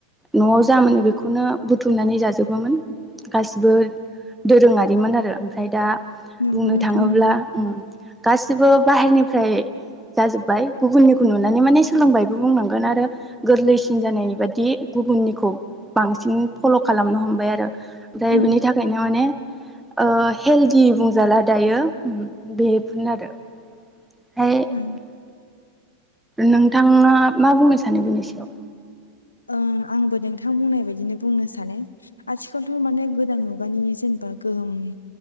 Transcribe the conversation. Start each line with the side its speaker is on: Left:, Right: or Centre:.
Centre: न'आव जा मोनो बेखौनो बुथुमनानै जाजोबोमोन गासै बो दोरोङारिमोन आरो। ओमफ्राय दा
Left: नंगौ
Centre: बुंनो
Left: नोंथां
Centre: थाङोब्ला
Left: नंगौ
Centre: ओम गासिबो बाहेरनिफ्राय जाजोब्बाय, गुबुननिखौ नुनानै माने सोलोंबायबो बुंनांगोन आरो गोरलैसिन जानायनि बादि गुबुननिखौ बांसिन फल' खालामनो हमबाय आरो ओमफ्राय
Left: ओं
Centre: बिनि थाखायनो माने ओ हेल्टी बुंजाला दायो ओ बेफोरनो आरो। <unintelligible>
Left: ओं
Centre: नोंथाङा मा बुंनो सानो बेनि सायाव?
Left: ओं आंबो नोंथां बुंनाय बायदिनो बुंनो सानो आथिखालथ' माने गो दान मुगानि जेनेबा गोहोम